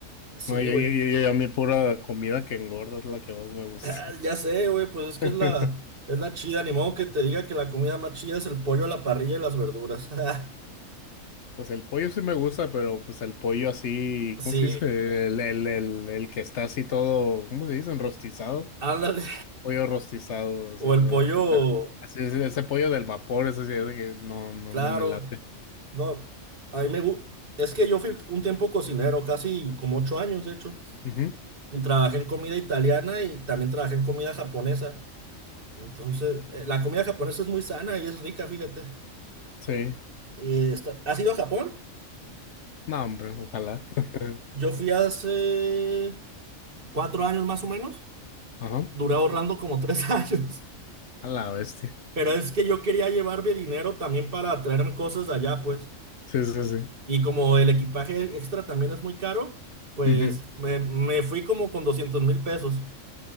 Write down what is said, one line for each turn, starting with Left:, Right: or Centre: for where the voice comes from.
Right: Sí,
Left: No, yo,
Right: güey.
Left: yo, yo, yo- a mí pura comida que engorda es la que más me gusta.
Right: Ah, Ya sé, güey, pues es que
Left: <laughs>
Right: es la, es la chida, ni modo que te diga que la comida más chida es el pollo a la parrilla y las verduras. <laughs>
Left: Pues el pollo sí me gusta, pero pues el pollo así,
Right: Sí,
Left: ¿cómo se dice? El, el, el, el que está así todo, ¿cómo se dice? Enrostizado.
Right: ándale.
Left: Pollo rostizado,
Right: <laughs>
Left: así,
Right: O
Left: o
Right: el
Left: sea,
Right: pollo,
Left: o sea, así es, ese pollo del vapor, ese sí es de que no, no,
Right: claro.
Left: no me late.
Right: No, a mí me gusta. Es que yo fui un tiempo cocinero, casi como ocho años, de hecho,
Left: Ujú,
Right: y trabajé en comida italiana y también trabajé en comida japonesa. Entonces, eh, la comida japonesa es muy sana y es rica, fíjate.
Left: Sí,
Right: Eh, está- ¿Has ido a Japón?
Left: no, hombre, ojalá. <laughs>
Right: Yo fui hace cuatro años más o menos.
Left: Ajá,
Right: Duré ahorrando como tres <laughs> años.
Left: a la bestia.
Right: Pero es que yo quería llevarme dinero también para traerme cosas de allá, pues.
Left: Sí, sí, sí.
Right: Y como el equipaje extra también es muy caro, pues
Left: Ujú,
Right: me, me fui como con doscientos mil pesos.